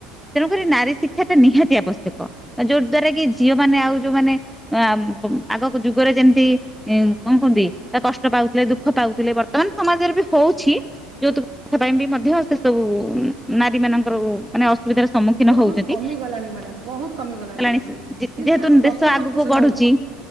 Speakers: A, in the centre; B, on the right.
A: ତେଣୁକରି ନାରୀ ଶିକ୍ଷାଟା ନିହାତି ଆବଶ୍ୟକ ଯୋଉ ଦ୍ଵାରା କି ଝିଅ ମାନେ ଆଉ ଯୋଉମାନେ ଆ ଆଗକୁ ଯୁଗରେ ଯେମିତି ଏଁ କଣ କୁହନ୍ତି ତ କଷ୍ଟ ପାଉଥିଲେ ଦୁଃଖ ପାଉଥିଲେ ବର୍ତ୍ତମାନ ସମାଜରେ ବି ହଉଛି। ଯୌତୁକ ପାଇଁ ବି ମଧ୍ୟ ସେ ସବୁ ନାରୀ ମାନଙ୍କର ଉଁ ମାନେ ଅସୁବିଧା ର ସ ସମ୍ମୁଖୀନ
B: ବହୁତ
A: ହଉଛନ୍ତି
B: କମି ଗଲାଣି ମ୍ୟାଡ଼ାମ ବହୁତ କମି ଗଲାଣି
A: ହେଲାଣି
B: ମ୍ୟାଡ଼ାମ
A: ଯେ
B: ସେଇଟା
A: ଯେହେତୁ
B: ଆଉ ଦଶ
A: ଦେ ଶ ଆଗୁକୁ
B: ପ୍ରତିଶତ
A: ବଢୁଛି
B: ହଉଛି